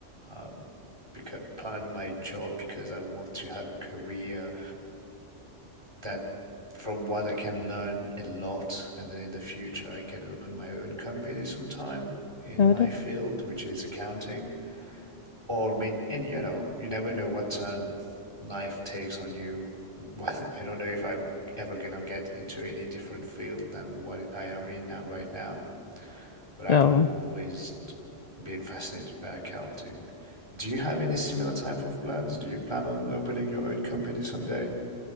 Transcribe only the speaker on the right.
um, because, plan my job because I want to have a career that from what I can learn a lot, and then in the future I can open my own company sometime in
my field, which is accounting. Or I mean, and you know, you never know what turn life takes on you. <laughs> Well, I don't know if I'm ever gonna get into any different field than what I am in now right now but I've
always been fascinated by accounting. Do you have any similar type of plans? Do you plan on opening your own company someday?